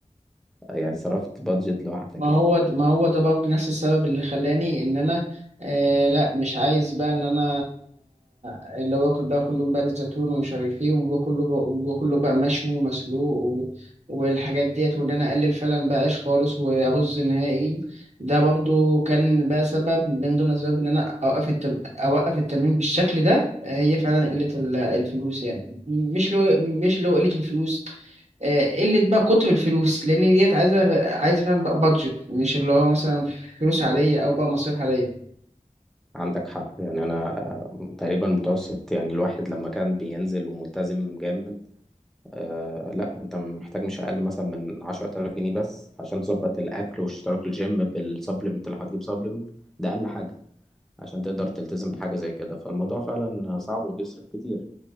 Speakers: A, in the centre; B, on the right (about 60°).
A: آه، يعني صرفت بادجت لوحدك
B: ما هو
A: يعني
B: د- ما هو ده برضه نفس السبب اللي خلاني ان انا آه لا مش عايز بقى ان انا اللي هو اكل بقى كله بقى زيت زيتون ومش عارف ايه وكله بقى وكله بقى مشوي ومسلوق و... والحاجات ديت وان انا اقلل فعلا بقى عيش خالص وارز نهائي ده برضه كان بقى سبب من ضمن الاسباب ان انا اوقف التم... اوقف التمرين بالشكل ده آه، هي فعلا قلة ال- الفلوس يعني مش لو مش لو قلة الفلوس آه، قلة بقى كتر الفلوس لأن ديت عايزة عايزة فعلا بقى بادجت مش اللي هو مثلا فلوس عادية أو بقى مصاريف عادية
A: عندك حق يعني انا آه، تقريبا متوسط يعني الواحد لما كان بينزل وملتزم جامد آه لا انت محتاج مش اقل مثلا من 10000 جنيه بس عشان تظبط الاكل واشتراك الجيم بالسبلمنت لو هتجيب سبلمنت ده اقل حاجه عشان تقدر تلتزم بحاجه زي كده فالموضوع فعلا صعب وبيصرف كتير